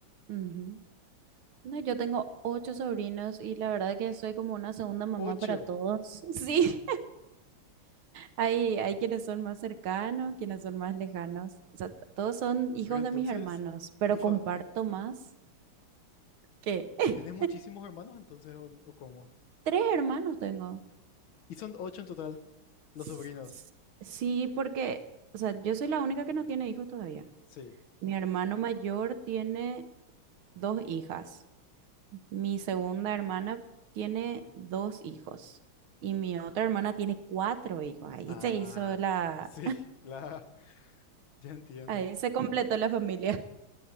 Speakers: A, on the right; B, on the left.
A: Ujú. No, yo tengo ocho sobrinos y la verdad que soy como una segunda mamá
B: Ocho.
A: para todos. <laughs> Sí, hay, hay quienes son más cercanos, quienes son más lejanos. O sea, t- todos son hijos
B: Pero entonces,
A: de mis hermanos, pero
B: ¿tú fa-
A: comparto más que <laughs>
B: tenés muchísimos hermanos entonces o, o cómo?
A: tres hermanos tengo.
B: Y son ocho en total, los
A: S-
B: sobrinos.
A: s- Sí, porque, o sea, yo soy la única que no tiene hijos todavía.
B: Sí.
A: Mi hermano mayor tiene dos hijas. Mi segunda hermana tiene dos hijos y mi otra hermana tiene cuatro hijos. Ahí
B: Ah,
A: se hizo la,
B: sí, <laughs> la... Ya entiendo.
A: ahí se completó la familia.